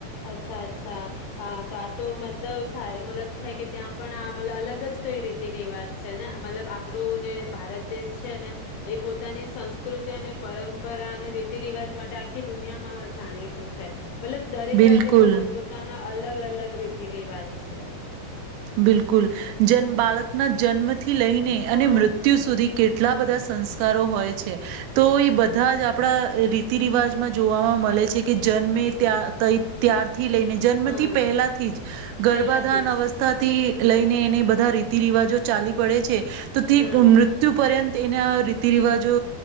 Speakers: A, on the left; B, on the right.
A: અચ્છા, અચ્છા, હા તો આતો મતલબ સ મતલબ છે કે ત્યાં પણ આ મતલબ અલગ જ કઈ રીતિ રિવાજ છે ને, મતલબ આપણું જે ભારત દેશ છે ને એ પોતાની સંસ્કૃતિ અને પરંપરા અને રીતિ રિવાજ માટે આખી દુનિયામાં જાણીતું છે, મતલબ દરેક
B: બિલકુલ
A: રાજ્યમાં પોત પોતાના અલગ અલગ રીત રિતી રિવાજ છે.
B: બિલકુલ જન બાળક ના જન્મથી લઈને
A: હા
B: અને મૃત્યુ સુધી કેટલા બધા સંસ્કારો હોય છે, તો એ બધા જ આપ આપડા રીતિ રિવાજમાં જોવામાં મલે છે. કે જન્મે ત્યાં તઈ ત્યારથી લઈને જન્મથી
A: હા
B: પહેલાથી જ, ગર્ભાધાન
A: પેલાથી જ
B: અવસ્થા તાથી લઈને એને બધા રીતિ રિવાજો ચાલી પડે છે તો તે
A: હા
B: મૃત્યુ પર્યંત તે એના રીતિ રિવાજો